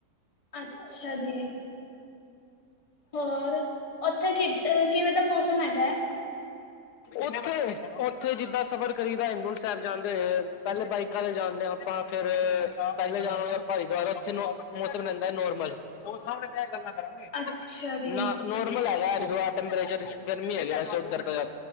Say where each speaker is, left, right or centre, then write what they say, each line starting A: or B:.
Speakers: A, on the left; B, on the left.
A: ਅੱਛਾ ਜੀ ਹੋਰ ਉੱਥੇ ਕਿ ਕਿਵੇਂ ਦਾ ਮੌਸਮ ਹੈਗਾ ਹੈ
B: ਉੱਥੇ -ਉੱਥੇ ਜਿੱਦਾਂ ਸਫ਼ਰ ਕਰੀ ਦਾ ਹੇਮਕੁੰਟ ਸਾਹਿਬ ਜਾਂਦੇ ਹੋਏ ਪਹਿਲੇ ਬਾਈਕ ਕਦੇ ਜਾਣਦੇ ਹਾਂ ਆਪਾਂ ਫਿਰ ਪਹਿਲੇ ਜਾਵਾਂਗੇ ਆਪਾ ਹਰਿਦੁਆਰ ਉੱਥੇ ਨੋ ਮੌਸਮ ਰਹਿੰਦਾ ਨੋਰਮਲ। ਓਹ ਸਾਹਮਣੇ ਪਿਆ ਗਲੱਲਾ।
A: ਅੱਛਾ ਜੀ।
B: ਨਾ ਨੋਰਮਲ ਹੈਗਾ ਹਰਿਦੁਆਰ ਟੈਂਪਰੇਚਰ ਗਰਮੀ ਹੈਗੀ ਵੈਸੇ ਉੱਧਰ ਤੇ ਜਾ।